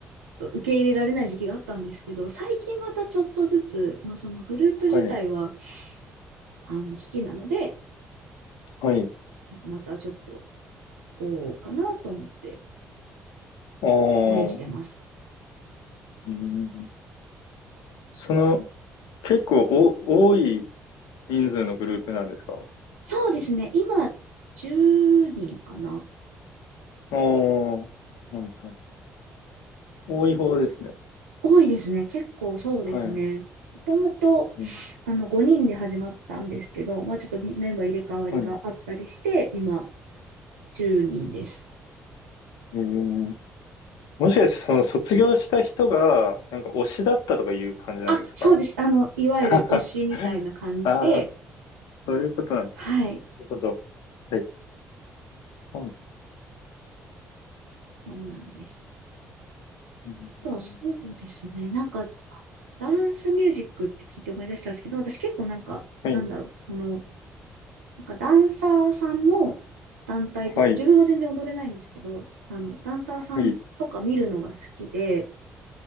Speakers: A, on the right; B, on the left.
A: ちょっと受け入れられない時期があったんですけど、最近またちょっとずつ、まあ、そのグループ自体は、
B: はい。
A: あの、好きなので、
B: はい。
A: なんかまたちょっと、おうかなと思って
B: あー
A: 応援してます。
B: うん。その、結構お、多い人数のグループなんですか
A: そうですね、今、10人かな。
B: ああー。はい。はい。多い方ですね。
A: 多いですね、結構そうですね。
B: はい。
A: もともと、
B: うん、
A: あの、5人で始まったんですけど、まあ、ちょっとにメンバー入れ替わりがあったりして、
B: はい。
A: 今、10人です。
B: えー、もしかしてその卒業した人が、なんか推しだったとかいう感じなんですか
A: あ、そうです。あの、いわゆる推しみたいな感じで、
B: <laughs> ああそういうことなんですか。
A: はい、
B: なるほど。はい。はい。
A: そうなんです。
B: うん
A: あとはそうですね、なんか、あダンスミュージックって聞いて思い出したんですけど、私結構なんか、
B: はい。
A: なんだろう、その、なんかダンサーさんの団体とか、
B: はい。
A: 自分は全然踊れないんですけど、あの、ダンサーさんとか見るのが好きで、
B: はい。